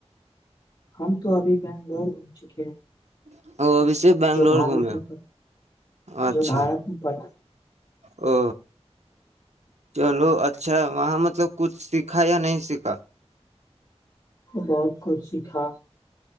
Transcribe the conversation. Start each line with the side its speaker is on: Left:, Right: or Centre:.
Left: ہم تو ابھی بنگلور گھوم چکے ہیں
Right: <unintelligible> ا ابھی سے بنگلور
Left: جو بھارت
Right: گھومے
Left: میں پڑ-
Right: اچھا
Left: جو بھارت میں پڑا
Right: او چلو اچھ اچھا وہاں مطلب کچھ سیکھا یا نہیں سیکھا
Left: بہت کچھ سیکھا